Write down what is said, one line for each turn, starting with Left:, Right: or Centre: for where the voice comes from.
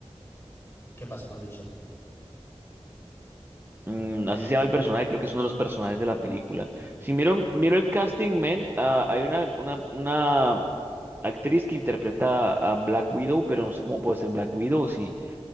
Left: ¿Y ¿Qué pasa con Deadshot?
Right: Mm, así se llama el personaje, creo que es uno de los personajes de la película. Si miro, miro el casting, man, ah, hay una, una, una actriz que interpreta a Black Widow, pero no sé cómo puede ser Black Widow, si